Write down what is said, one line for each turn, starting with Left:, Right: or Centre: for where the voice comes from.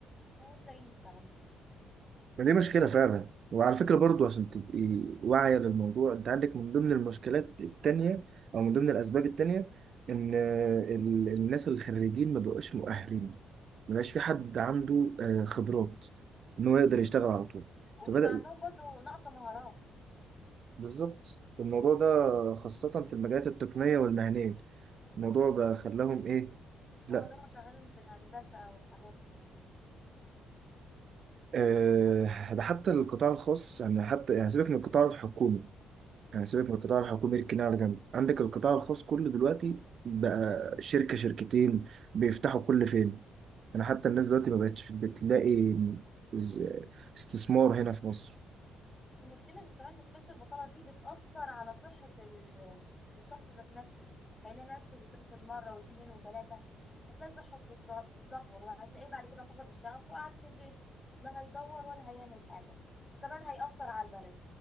Left: ومش لاقيين يشتغلوا
Right: ما دي مشكلة فعلا وعلى فكرة برضو عشان تبقي واعية للموضوع انت عندك من ضمن المشكلات التانية او من ضمن الأسباب التانية ان ال- الناس الخريجين ما بقوش مؤهلين ما بقاش في حد
Left: مم.
Right: عنده آه، خبرات ان هو يقدر يشتغل على طول
Left: وبيبقى
Right: فبدأ
Left: عندهم برضو نقص مهارات
Right: بالظبط الموضوع ده خاصة في المجالات التقنية والمهنية الموضوع بقى
Left: مم.
Right: خلاهم إيه لا
Left: اه اللي هم شغالين في الهندسة والحاجات دي
Right: آه، ده حتى القطاع الخاص يعني حتى يعني سيبك من القطاع الحكومي يعني سيبك من القطاع الحكومي اركناه على جنب عندك القطاع الخاص كله دلوقتي بقى شركة شركتين بيفتحوا كل فين يعني حتى الناس دلوقتي ما بقتش في البيت تلاقي از- استثمار هنا في مصر
Left: المشكلة ان كمان مشكلة البطالة دي بتأثر على صحة ال- الشخص ذات نفسه هيلاقي نفسه بيترفض مرة واثنين وثلاثة هتلاقي صحته بتت- بتتدهور وهتلاقيه بعد كده فقد الشغف وقعد في البيت لا هيدور ولا هيعمل حاجة وكمان هيأثر على البلد